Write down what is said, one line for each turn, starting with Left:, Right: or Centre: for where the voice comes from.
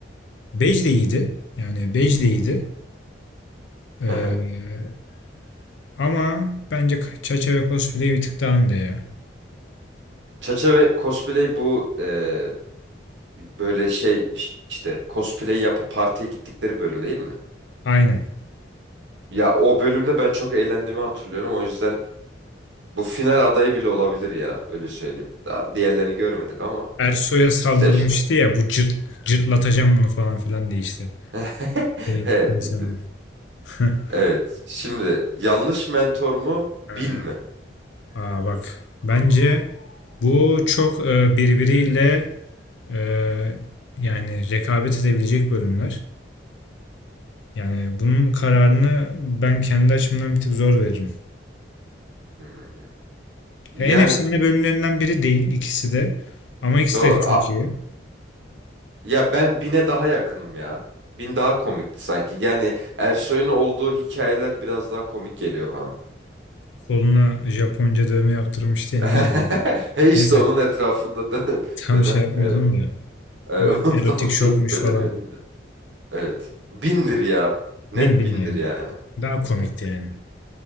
Left: Bej de iyiydi. Yani Bej de iyiydi. E,
Right: Hı hı.
Left: ama bence Çaşa ve Cosplay bir tık daha önde ya.
Right: Çaça ve cosplay bu e, böyle şey iş- işte cosplay yapıp partiye gittikleri bölüm değil mi?
Left: Aynen.
Right: Ya o bölümde ben çok eğlendiğimi hatırlıyorum. O yüzden bu final adayı bile olabilir ya öyle söyleyeyim. Daha diğerlerini görmedik ama
Left: Ersoy'a saldırmıştı
Right: seçtim.
Left: ya bu cırt, cırtlatacağım bunu falan filan diye işte.
Right: <laughs>
Left: Değildikten
Right: He
Left: sonra.
Right: bildim.
Left: <laughs>
Right: Evet. Şimdi yanlış mentor mu
Left: Ha.
Right: bin mi?
Left: Aa bak. Bence bu çok e, birbiriyle e, yani rekabet edebilecek bölümler. Yani bunun kararını ben kendi açımdan bir tık zor veririm.
Right: Hmm. Yani
Left: Ya en efsane bölümlerinden biri değil ikisi de. Ama ikisi
Right: doğru.
Left: de çok
Right: A-
Left: iyi.
Right: ya ben bine daha yakınım ya. Bin daha komikti sanki. Yani Ersoy'un olduğu hikayeler biraz daha komik geliyor bana.
Left: Koluna Japonca dövme yaptırmıştı ya
Right: <laughs>
Left: ne yazıyordu?
Right: He işte
Left: Neyse
Right: onun etrafında dö- <laughs>
Left: tam
Right: dönen
Left: şey yapmıyordum
Right: evet.
Left: da.
Right: Evet,
Left: O erotik
Right: <laughs> onu tam
Left: şokmuş
Right: söylemeyelim
Left: falan.
Right: de. Evet. Bindir ya. Net
Left: Bin bin
Right: bindir
Left: ya.
Right: yani.
Left: Daha komikti
Right: Evet.
Left: yani.